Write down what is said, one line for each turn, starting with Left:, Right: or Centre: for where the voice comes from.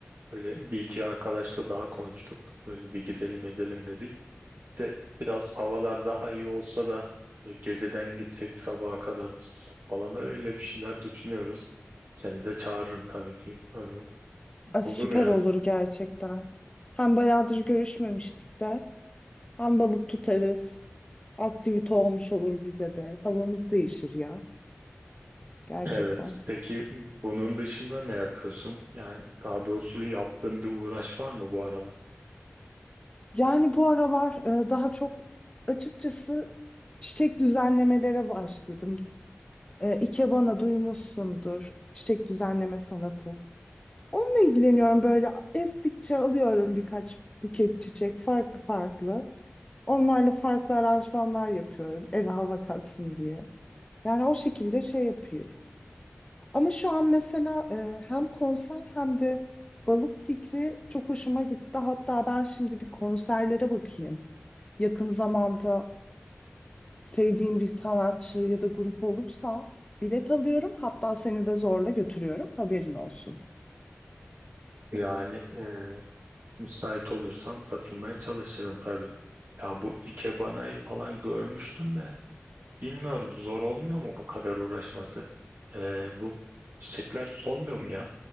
Right: Öyle bir iki arkadaşla daha konuştuk. Böyle bir gidelim edelim dedik. De biraz havalar daha iyi olsa da e, geceden gitsek sabaha kadar tutsak falan öyle bir şeyler düşünüyoruz. Seni de çağırırım tabii ki. Onu
Left: Ah, süper
Right: olur yani.
Left: olur gerçekten. Hem bayağıdır görüşmemiştik de hem balık tutarız. Aktivite olmuş olur bize de. Havamız değişir ya gerçekten.
Right: Evet. Peki bunun dışında ne yapıyorsun? Yani daha doğrusu yaptığın bir uğraş var mı bu aralar?
Left: Yani bu aralar e, daha çok açıkçası çiçek düzenlemelere başladım. E, ikebana duymuşsundur. Çiçek düzenleme sanatı. Onunla ilgileniyorum böyle estikçe alıyorum birkaç buket çiçek farklı farklı. Onlarla farklı aranjmanlar yapıyorum eve hava katsın diye. Yani o şekilde şey yapıyorum. Ama şu an mesela e, hem konser hem de balık fikri çok hoşuma gitti. Hatta ben şimdi bir konserlere bakayım. Yakın zamanda sevdiğim bir sanatçı ya da grup olursa bilet alıyorum. Hatta seni de zorla götürüyorum. Haberin olsun.
Right: Yani e, müsait olursam katılmaya çalışırım tabii. Ya bu ikebana'yı falan görmüştüm de bilmiyorum zor olmuyor mu bu kadar uğraşması? E, bu çiçekler solmuyor mu ya?